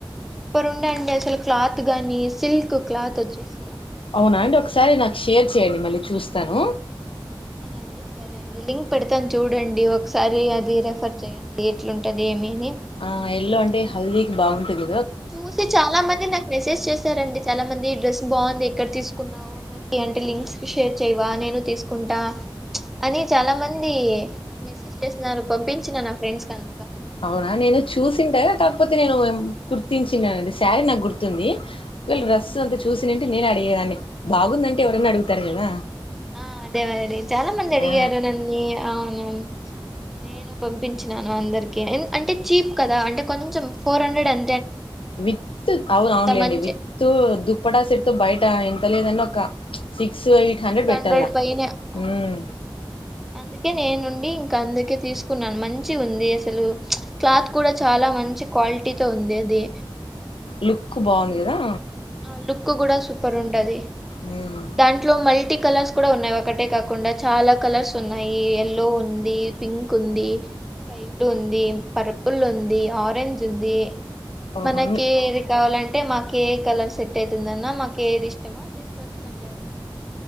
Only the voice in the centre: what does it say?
సూపర్ ఉండే అండీ అసలు క్లాత్ గాని సిల్క్ క్లాత్ వచ్చేసి
అంది సరే అండి లింక్ పెడతాను చూడండి, ఒకసారి అది రెఫర్ చెయండి, ఎట్లుంటది ఏమి అని
ఆ,
చూసి చాలా మంది, నాకు మెసేజ్ చేశారండి, చాలా మంది డ్రెస్ బాగుంది. ఎక్కడ తీసుకున్నావు, నాకి అంటే లింక్స్ షేర్ చెయవా నేను తీసుకుంటా. అని చాలా మంది మెసేజ్ చేసిన్నారు. పంపించిన నా ఫ్రెండ్స్ కి అం
అవునా
ఆ,
ఆ అదే మరి చాలా మంది అడిగారు
నన్ని అవును నేను పంపించినాను, అందరికి అంటే చీప్ కదా అంటే కొంచెం ఫోర్ హండ్రెడ్ అం
మంచి
సిక్స్ హండ్రెడ్
పైనే అవునండి
అందుకే నేనుండి ఇక అందుకే తీసుకున్నాను మంచి ఉంది అసలు క్లాత్ కూడా చాలా మంచి క్వాలిటీతోో ఉంది ఆ ది
ఆ లుక్ కూడా సూపర్ ఉంటది
దాంట్లో మల్టీ కలర్స్ కూడా ఉన్నాయి ఓ క్కటే కాకుండా చాలా కలర్స్ ఉన్నాయి ఎయల్లో ఉంది పింక్ ఉంది స్కై బ్లూ ఉంది పర్పుల్ ఉంది ఆరెంజ్ ఉంది
మనకి
ఏది కావాలంటే మాకు ఏ కలర్ సెట్ అవుతుందన్న మాకు ఏది ఇష్టమో తీసుకోవచ్చండి అట్లా